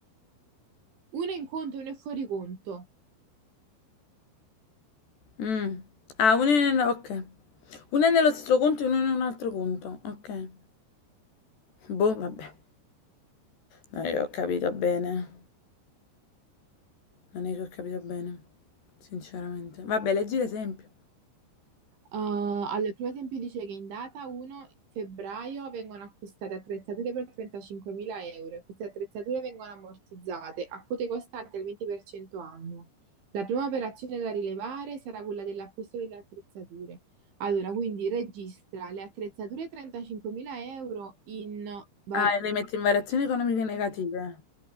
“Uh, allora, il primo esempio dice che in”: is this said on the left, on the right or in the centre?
Right